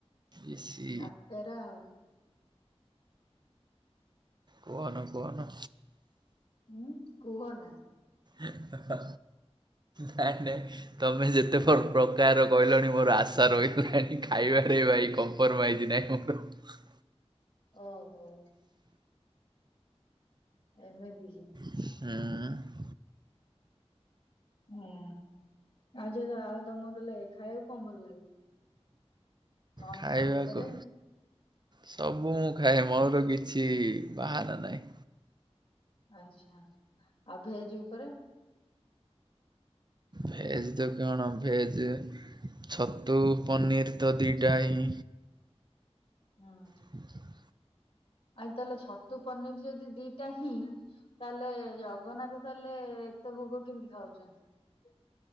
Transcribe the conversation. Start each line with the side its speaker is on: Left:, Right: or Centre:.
Right: ଇସି
Left: କାକେରା ଆଉ।
Right: କୁହନା କୁହନା।
Left: ହୁଁ କୁହନା।
Right: <unintelligible> ହାଁ। ନାଇଁ ନାଇଁ ତମେ ଯେତେ ପ୍ର ପ୍ରକାର କହିଲଣି ମୋର ଆଶା ରହିଗଲାଣି। ଖାଇବାଟାରେ ଭାଇ କମ୍ପମାଇଜ ନାଇଁ <unintelligible>
Left: ଓହୋ। ଏମିତି କି?
Right: ହୁଁ।
Left: ହୁଁ ଆଉ ଯୋଉ ଆଉ ତମ ଦେଲେ ଖାଇବାକୁ କଣ ଭଲ ଲାଗେ? ନନଭେଜ
Right: ଖାଇବାକୁ
Left: ଉପରେ
Right: ସବୁ ମୁଁ ଖାଏ ମୋର କିଛି ବାହାନା ନାହିଁ।
Left: ଆଚ୍ଛା ଆଉ ଭେଜ ଉପରେ?
Right: ଭେଜ୍ ତ କଣ ଭେଜ୍ ଛତୁ ପନିର୍ ତ ଦୁଇଟା ହିଁ।
Left: ହଁ।
Right: ଠିକ୍ଞା
Left: ଆଉ ତାହେଲେ ଛତୁ ପନିର ଯଦି ଦିଟା ହିଁ ତାହେଲେ ଜ ଜଗନ୍ନାଥ ତାହେଲେ ଏତେ ଭୋଗ କେମିତି ଖାଉଛନ୍ତି?